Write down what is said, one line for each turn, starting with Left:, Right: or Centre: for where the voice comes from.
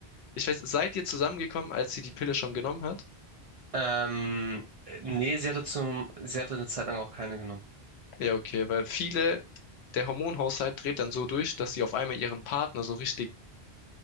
Left: Ich weiß, seid ihr zusammengekommen, als sie die Pille schon genommen hat?
Right: Ähm, nee, sie hatte zum, sie hatte eine Zeit lang auch keine genommen.
Left: Ja, okay, weil viele, der Hormonhaushalt dreht dann so durch, dass sie auf einmal ihren Partner so richtig